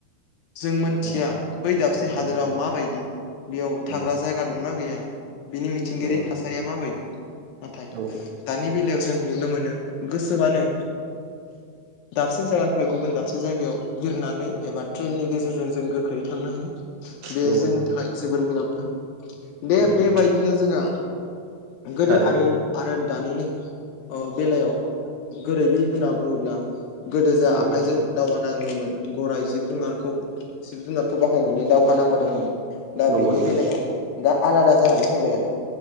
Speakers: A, on the left (about 75°); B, on the right (about 75°).
A: जों मोनथिया
B: नंगौ नोंथां
A: बै दाबसे
B: नंगौ
A: हादोराव
B: नोंथां
A: माबायदि बेयाव थाग्रा
B: नंगौ नोंथां नंगौ नोंथां
A: जायगा दंना गैया बिनि मिथिंगायारि
B: नंगौ
A: थासारिया माबायदि नाथाय
B: नोंथां
A: दानि बेलायाव जों नुनो मोनो गोसोबानो दाबसे जायगानिफ्राय गुबुन दाबसे जायगायाव बिरनानै एबा ट्रेननि गेजेरजों जों गोख्रै थांनो हायो बे
B: नंगौ
A: जोंनि थाखाय जोबोर मुलाम्फा दे
B: नोंथां
A: बेबायदिनो जोंङाहा गोदो
B: थारैनो
A: आरि आरो दानिनि ओ बेलायाव गोरोबै होनना बुङोब्ला गोदो जा
B: नंगौ
A: आखाइजों
B: नोंथां
A: दावगानाङोमोन गराइ जिब जुनारखौ जिब जुनारखौ बाहायनानै दावहा नांबोदोंमोन दा
B: नंगौ
A: बेनि
B: नोंथां
A: बेलायाव दा आलादा जानानै फैबाय आरो